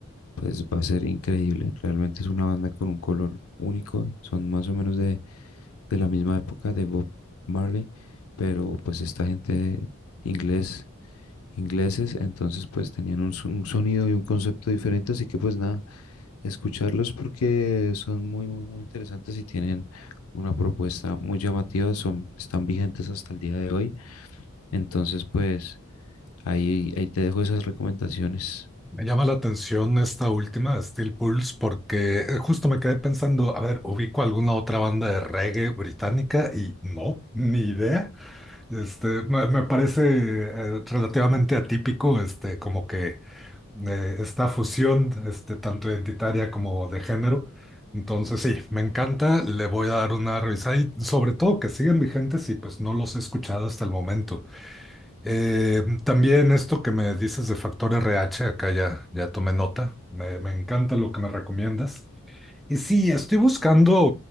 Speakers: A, on the left (about 85°); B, in the centre.
A: pues va a ser increíble. Realmente es una banda con un color único. Son más o menos de, de la misma época de Bob Marley, pero pues esta gente inglés ingleses, entonces pues tenían un, so- un sonido y un concepto diferente, así que pues nada, escucharlos porque son muy, muy, muy interesantes y tienen una propuesta muy llamativa, son, están vigentes hasta el día de hoy, entonces pues ahí, ahí te dejo esas recomendaciones.
B: Me llama la atención esta última, Steel Pulse, porque justo me quedé pensando, a ver, ubico alguna otra banda de reggae británica y no, ni idea. Este, me, me parece eh, relativamente atípico, este, como que eh, esta fusión, este, tanto identitaria como de género. Entonces, sí, me encanta, le voy a dar una revisada y sobre todo que siguen vigentes y pues no los he escuchado hasta el momento. Eh, también esto que me dices de Factor RH, acá ya, ya tomé nota, me, me encanta lo que me recomiendas. Y sí, estoy buscando